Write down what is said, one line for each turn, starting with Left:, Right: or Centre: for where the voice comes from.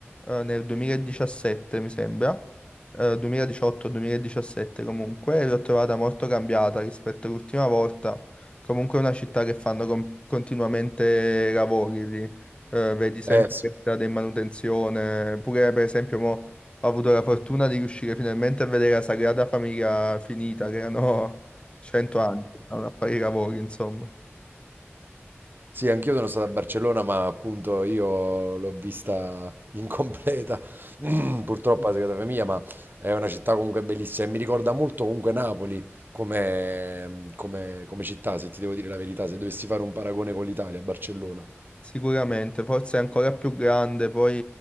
Left: eh, nel 2017 mi sembra, 2018-2017 comunque, e l'ho trovata molto cambiata rispetto all'ultima volta. Comunque è una città che fanno con- continuamente lavori lì, eh, vedi sempre
Right: Eh sì,
Left: per strada in manutenzione. Pure per esempio mo, ho avuto la fortuna di riuscire finalmente a vedere la Sagrada Famiglia finita, che erano <laughs> 100 anni, che stavano a fare i lavori, insomma.
Right: sì, anch'io sono stato a Barcellona, ma appunto io l'ho vista <laughs> incompleta, <clears throat> purtroppo a casa mia, ma è una città comunque bellissima e mi ricorda molto comunque Napoli come, mm, come- come città, se ti devo dire la verità, se dovessi fare un paragone con l'Italia, Barcellona,
Left: Sicuramente, forse è ancora più grande, poi